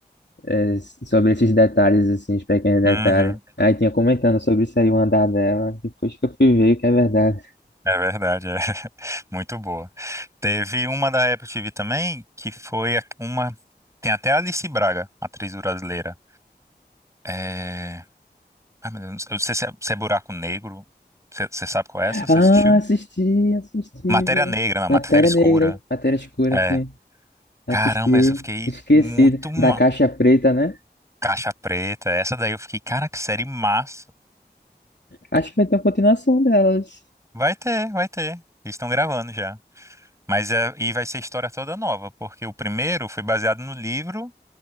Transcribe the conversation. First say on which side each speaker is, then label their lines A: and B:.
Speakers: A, on the left; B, on the right.
A: é, sobre esses detalhes, assim, os pequenos detalhes.
B: Uhum.
A: Aí tinha comentando sobre isso aí, o andar dela. Depois que eu fui ver que é verdade.
B: É verdade, é <laughs> muito boa. Teve uma da Apple TV também, que foi a- uma. Tem até a Alice Braga, atriz brasileira. É... Ai, meu Deus, eu não sei se é, se é Buraco Negro. Você você sabe qual é
A: Ah,
B: essa? Você assistiu?
A: assisti, assisti,
B: Matéria
A: mano.
B: Negra, não,
A: Matéria
B: Matéria Escura.
A: negra, matéria escura,
B: É.
A: assim. Assisti,
B: Caramba, essa eu fiquei
A: esqueci
B: muito. Ma...
A: da caixa preta, né?
B: Caixa Preta, essa daí eu fiquei, cara, que série massa.
A: Acho que vai ter uma continuação delas.
B: Vai ter, vai ter. Eles estão gravando já. Mas é, e vai ser história toda nova, porque o primeiro foi baseado no livro